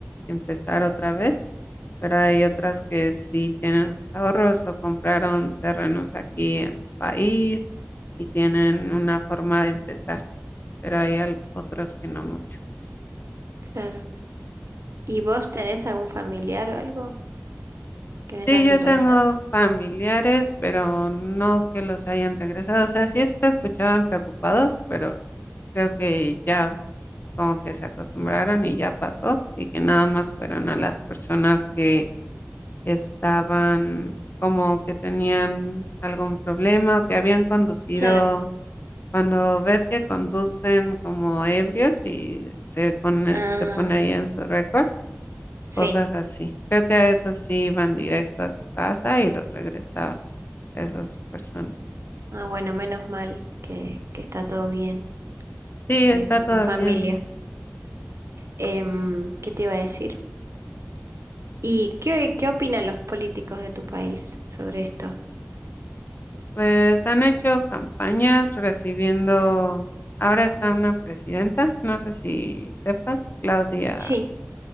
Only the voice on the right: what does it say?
Claro. ¿Y vos tenés algún familiar o algo que en esa
situación?
Claro.
Ah.
Sí,
ah, bueno, menos mal que, que está todo bien
eh,
con
tu familia.
Em, ¿qué te iba a decir? ¿Y qué, qué opinan los políticos de tu país sobre esto?
Sí,